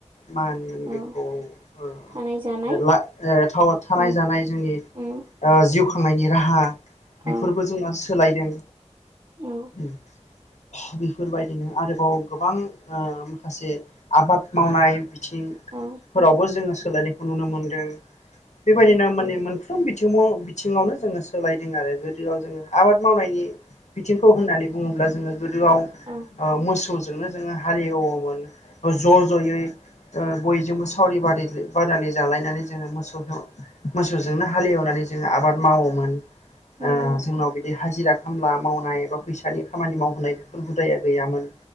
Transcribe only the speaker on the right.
औ
थानाय जानाय
उम
उम
औ
औ
औ
औ
औ
नंगौ